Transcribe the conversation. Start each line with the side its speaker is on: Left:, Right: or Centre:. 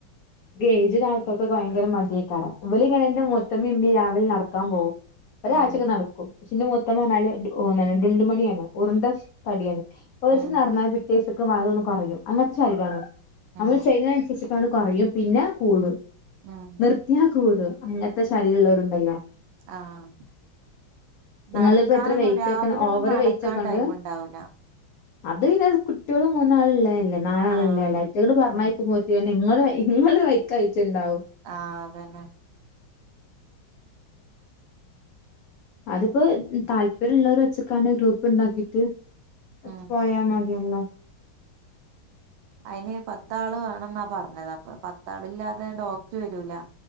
Left: ഏജ്ഡ് ആൾക്കൊക്കെ ഭയങ്കര മടിയിട്ടാണ് ഇവല് ഇങ്ങനെ എന്റെ മൂത്തമ്മിം ഇമ്മിം രാവിലെ നടക്കാൻ പോകും ഒരാഴ്ചൊക്കെ
Right: ഉം
Left: നടക്കും പക്ഷെന്റെ മൂത്തമ്മ പറഞ്ഞാല് ഡുണ്ടുമണിയാണ് ഉറുണ്ട തടിയാണ് ഒരീസം
Right: ഉം
Left: നടന്നാ പിറ്റേ സ്ക്ക് ഭാരൊന്ന് കൊറയും. അങ്ങത്തെ ശരീരാണ്
Right: ഉം
Left: നമ്മൾ ചെയ്തേനന്സരിച്ച് അപ്പാണ് കൊറയും പിന്നെ കൂടും.
Right: ആഹ്
Left: നിർത്തിയാ കൂടും അങ്ങൻത്തെ ശരീരള്ളോരും ണ്ടല്ലോ.
Right: ആഹ്
Left: നിങ്ങളിപ്പോ
Right: നടക്കാനൊന്നും
Left: എത്ര വെയിറ്റ്
Right: രാവിലെ
Left: ഒക്കെ
Right: ഒന്നും
Left: ഓവർ
Right: നടക്കാൻ
Left: വെയിറ്റ് ഒക്കെ ഉണ്ട്
Right: ടൈമ് ണ്ടാവൂല്ല.
Left: അത് പിന്നെ കുട്ട്യോള് മൂന്നാള് ഇള്ളെ അല്ലേ നാലാള്
Right: ആഹ്
Left: ഇള്ളെ അല്ലേ. അയ്റ്റേള് പർഞ്ഞയ്ക്കുമ്പോ
Right: ഉം
Left: ത്ത്യേനെ ഇങ്ങള് ഇങ്ങള് വയിക്കായിറ്റ്ണ്ടാവും.
Right: ആഹ് അതന്നെ.
Left: അതിപ്പോ താല്പര്യള്ളോരെ വെച്ച്ക്കാണ്ട് ഗ്രൂപ്പ് ണ്ടാക്കി ട്ട്, ന്നട്ട്
Right: ഉം
Left: പോയാ മത്യല്ലോ.
Right: അയിന് പത്താള് വേണംന്നാ പറഞ്ഞത് അപ്പൊ പത്താള്ല്ലാതെ ഡോക്റ്റ് വരൂല.